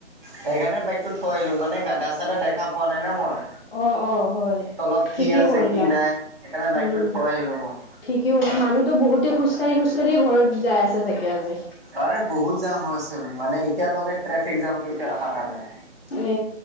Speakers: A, on the right (about 15°); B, on the left (about 55°).
A: সেইকাৰণে বাইকতটো থৈ আহিলো মানে গাদা চাধা দেখা পোৱা নাই না মই
B: অ', অ', হয়
A: তলত
B: ঠিকেই
A: কি আছে
B: কৰিলা
A: কি নাই সেইকাৰণে বাইকটো
B: উম।
A: থৈ আহিলো মই
B: ঠিকেই হ'ব মানুহতো বহুতেই আজি খোজ কাঢ়ি খোজ কাঢ়িয়ে ঘৰত যাই আছে চাগে আজি
A: আৰে বহুত জাম হৈছে মানে এতিয়ালৈকে ট্ৰেফিক জামটো এতিয়া
B: এ
A: হাতা নাই।